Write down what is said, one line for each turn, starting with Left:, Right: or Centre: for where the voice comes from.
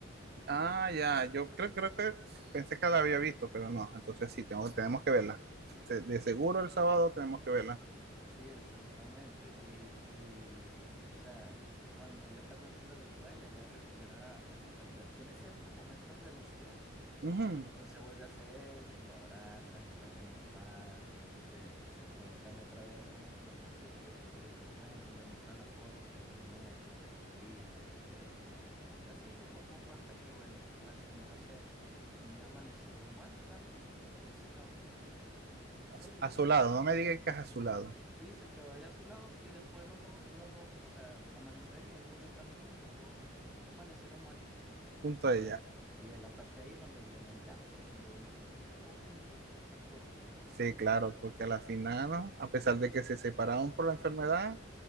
Right: Ah, ya, yo creo, creo que pensé que la había visto, pero no, entonces sí, tengo, tenemos que verla. Se- De seguro el sábado tenemos que verla.
Centre: Sí, exactamente. Y, y, o sea, cuando él está contándole todo a ella, ella recupera, eh, da- tiene ciertos momentos de lucidez.
Right: Ujú,
Centre: Entonces vuelve hacia ella y lo abrazan y bailan el vals. Se, se cuentan otra vez como que es tanto tiempo y él le cuenta y le muestra la foto, este es tu nieto, este es tu hija, este es este. Y así poco a poco hasta que, bueno, la señora se, un día amaneció muerta y él se quedó como que, ¿en serio?
Right: A su, a su
Centre: Y
Right: lado,
Centre: de-
Right: no me digan que es a su
Centre: sí,
Right: lado,
Centre: sí, se quedó ahí a su lado y después los dos, los dos, o sea, amaneció ahí y él murió también y los dos amanecieron muertos.
Right: junto a
Centre: Y
Right: ella.
Centre: es, y es la parte ahí donde viene el llanto, de donde uno como que, uy, qué triste historia.
Right: Sí, claro, porque a la final, ¿no? a pesar de que se separaron por la enfermedad,